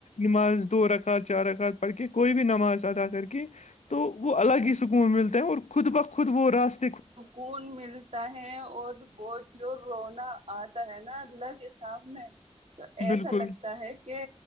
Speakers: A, on the left; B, on the right.
A: نماز دو رکعت چار رکعت پڑھ کے کوئی بھی نماز ادا کر کے تو وہ الگ ہی سکون ملتا ہیں اور خود بخود وہ راست
B: سکون مل تا ہے اور ب جو رونا آتا ہے نا اللہ کے سامنے تو ایسا
A: بالکل
B: لگتا ہے کہ